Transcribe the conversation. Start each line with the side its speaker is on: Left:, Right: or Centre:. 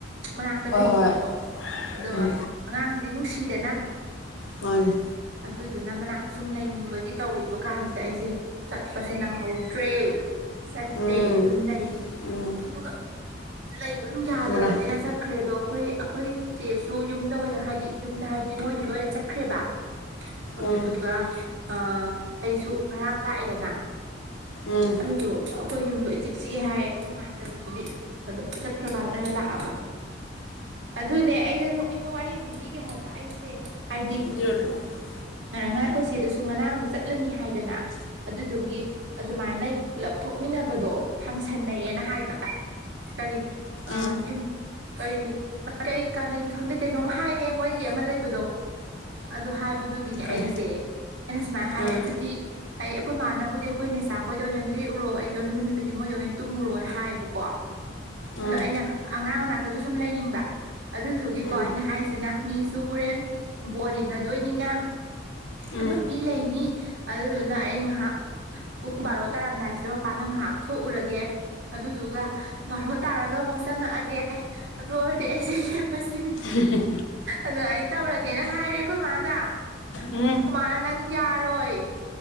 Right: ꯃꯅꯥꯛꯇ ꯂꯩꯅꯤꯡꯕꯗꯣ,
Left: ꯑꯥ ꯍꯣꯏ ꯍꯣꯏ
Right: ꯑꯗꯨꯒ
Left: ꯎꯝ
Right: ꯑꯉꯥꯡꯁꯤꯗꯤ ꯅꯨꯡꯁꯤꯗꯅ
Left: ꯃꯥꯅꯦ꯫
Right: ꯑꯗꯨꯗꯨꯅ ꯃꯅꯥꯛꯇ ꯁꯨꯝ ꯂꯩꯅꯤꯡꯕꯒꯤ ꯇꯧꯔꯤꯕ ꯀꯥꯟꯁꯤ ꯁꯤꯗ ꯑꯩꯁꯦ ꯆꯠꯄꯁꯦ ꯅꯪꯍꯧꯗ꯭ꯔꯦ ꯆꯠꯇꯦ
Left: ꯎꯝ
Right: ꯑꯗꯨꯝ ꯂꯩ꯫
Left: ꯎꯝ
Right: ꯑꯗꯨꯒ ꯂꯩꯕ ꯑꯗꯨꯝ ꯌꯥꯗꯕꯅꯤꯅ
Left: ꯉꯔꯥꯡ
Right: ꯆꯠꯈ꯭ꯔꯦ ꯑꯗꯣ ꯑꯩꯈꯣꯏ ꯑꯩꯈꯣꯏ ꯆꯦꯁꯨ ꯌꯨꯝꯗ ꯑꯣꯏꯅ ꯍꯥꯏꯗꯤ ꯌꯨꯝꯗ ꯍꯥꯏꯗꯤ ꯃꯣꯏ ꯌꯨꯝꯗ ꯑꯣꯏꯅ ꯆꯠꯈ꯭ꯔꯦꯕ ꯑꯗꯨꯗꯨꯒ
Left: ꯎꯝ
Right: ꯑ ꯑꯩꯁꯨ ꯉꯔꯥꯡ ꯂꯥꯛꯑꯦꯗꯅ
Left: ꯎꯝ
Right: ꯑꯗꯨꯗꯣ ꯑꯩꯈꯣꯏ ꯌꯨꯝꯗꯣ ꯏ ꯆꯤꯛ ꯆꯤꯑꯦ ꯍꯥꯏꯌꯦ ꯅꯨꯡꯉꯥꯏꯇꯕꯁꯤꯗꯤ ꯑꯗꯣ ꯆꯠꯈ꯭ꯔꯀꯥꯟꯗ ꯑꯣꯏꯅ ꯂꯥꯛꯑꯕ꯫ ꯑꯗꯨꯅꯦ ꯑꯩꯗꯣ ꯅꯣꯛꯅꯤꯡꯕ ꯋꯥꯔꯤ ꯑꯃ ꯂꯤꯕꯤꯒꯦ ꯍꯥꯏꯕ ꯑꯩꯁꯦ ꯍꯥꯏꯗꯤ
Left: <unintelligible>
Right: ꯉꯔ ꯉ ꯑꯩꯈꯣꯏꯁꯦ ꯗꯨꯁꯨ ꯉꯔꯥꯡꯗꯣ ꯆꯠꯂꯅꯤ ꯍꯥꯏꯗꯅ ꯑꯗꯨꯗꯨꯒꯤ ꯑꯗꯨꯃꯥꯏꯅ ꯄꯨꯂꯞ ꯊꯣꯛꯃꯤꯟꯅꯕꯗꯣ ꯐꯥꯡꯁꯟꯅꯩꯌꯦꯅ ꯍꯥꯏꯕ ꯀꯔꯤ ꯑꯌꯨꯝ
Left: ꯎꯝ
Right: ꯀꯔꯤ ꯀꯔꯤ ꯀꯥꯟꯅꯩ ꯈꯪꯗ ꯀꯩꯅꯣꯝ ꯍꯥꯏꯅꯦ ꯃꯣꯏꯒꯤ ꯑꯃ ꯂꯩꯕꯗꯣ ꯑꯗꯨ ꯍꯥꯏꯕꯗꯨꯒꯤ ꯒꯤꯅꯦ
Left: ꯀꯩ
Right: ꯑꯩꯁꯦ ꯑꯩꯅ ꯁꯨꯃꯥꯏꯅ ꯍꯥꯏ
Left: ꯎꯝ
Right: ꯑꯗꯨꯗꯤ ꯑꯩ ꯑꯩꯈꯣꯏ ꯃꯥꯅꯕꯨꯗꯤ ꯑꯩꯈꯣꯏ ꯅꯦꯆꯥꯈꯣꯏꯗ ꯑꯣꯏꯅ ꯂꯦꯛꯎꯔꯣ ꯑꯩꯗꯣ ꯅꯨꯃꯤꯠꯇꯨꯗꯤ ꯃꯣꯏꯗ ꯑꯣꯏꯅ ꯇꯨꯝꯃꯨꯔꯣꯅ ꯍꯥꯏꯌꯦꯕꯀꯣ
Left: ꯎꯝ
Right: ꯑꯗꯣ
Left: ꯎꯝ
Right: ꯑꯩꯅ ꯑꯉꯥꯡ ꯃꯅꯥꯛꯇꯁꯨ ꯁꯨꯝ ꯂꯩꯅꯤꯡꯕ ꯑꯗꯨꯗꯨꯒꯤꯀꯣ
Left: ꯎꯝ
Right: ꯑꯩꯅ ꯍꯥꯏꯁꯤꯅ ꯃꯤꯁꯨ ꯍꯣꯔꯦꯟ ꯕꯣꯜ ꯌꯦꯡꯅꯗꯣꯏꯅꯤꯅ
Left: ꯎꯝ
Right: ꯑꯗꯨꯝ ꯃꯤ ꯂꯩꯅꯤ ꯑꯗꯨꯗꯨꯅ ꯑꯩ ꯉꯥꯏꯍꯥꯛ ꯄꯨꯡ ꯕꯥꯔꯣ ꯇꯥꯔꯝꯗꯥꯏꯁꯤꯗ ꯃꯄꯥꯜꯗ ꯉꯥꯏꯍꯥꯛ ꯊꯣꯛꯎꯔꯒꯦ ꯑꯗꯨꯗꯨꯒ ꯕꯥꯔꯣ ꯇꯥꯔꯒ ꯑꯃꯨꯛ ꯆꯪꯉꯛꯑꯒꯦ ꯑꯗꯨ ꯑꯣꯏꯔꯗꯤ ꯑꯩꯁꯦ ꯂꯦꯛꯄꯁꯤꯡ
Left: ꯎꯝ ꯍꯨꯝ
Right: ꯑꯗꯨꯃꯥꯏꯅ ꯇꯧꯔꯒꯦꯅ ꯍꯥꯏꯔꯦ ꯑꯩꯈꯣꯏ ꯏꯃꯥꯗ ꯑꯩꯈꯣꯏ
Left: ꯎꯝ ꯎꯝ
Right: ꯃꯥꯅ ꯅꯪ ꯌꯥꯔꯣꯏ